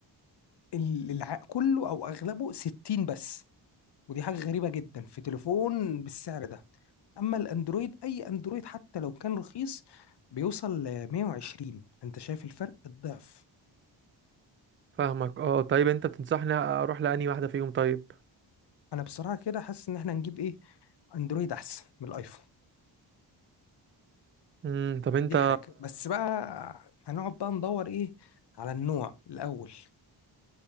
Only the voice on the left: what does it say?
ال- الع... كله أو أغلبه 60 بس ودي حاجة غريبة جدا في تليفون بالسعر ده اما الاندرويد اي اندرويد حتى لو كان رخيص بيوصل ل 120 انت شايف الفرق الضعف
انا بصراحه كده حاسس ان احنا نجيب ايه اندرويد احسن من الايفون
دي حاجه بس بقى هنقعد بقى ندور ايه على النوع الاول